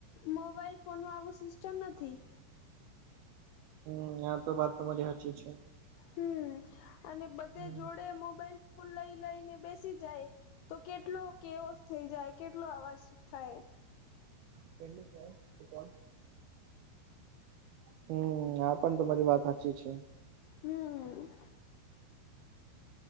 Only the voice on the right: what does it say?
હમ આ તો વાત તો તમારી હાચી છે.
હમ
કેની છે ભપલ. હમ આ પણ તો તમારી વાત સાચી છે.